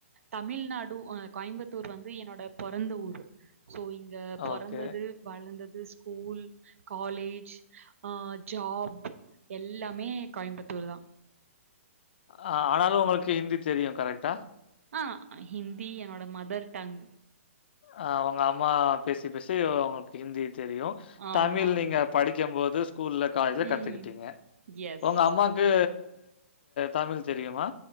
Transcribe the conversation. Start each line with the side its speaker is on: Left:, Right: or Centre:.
Right: தமிழ்நாடு் அ கோயம்புத்தூர் வந்து என்னோட பொறந்த ஊர் சோ அ பொறந்தது
Left: ஓகே.
Right: வளந்தது ஸ்கூல் காலேஜ் அஹ் ஜாப் எல்லாமே கோயம்புத்தூர் தா
Left: ஆ ஆனாலு உங்களுக்கு ஹிந்தி தெரியு கரெக்டா
Right: ஆ ஹிந்தி என்னோட மதர் டங்
Left: ஆ உங்க அம்மா பேசி பேசி உங்களுக்கு ஹிந்தி தெரியு
Right: ஆமா.
Left: தமிழ் நீங்க படிக்கு போது ஸ்கூல்ல காலேஜ்ல கத்துக்கிட்டீங்க
Right: ம். எஸ்.
Left: உங்க அம்மாக்கு தமிழ் தெரியுமா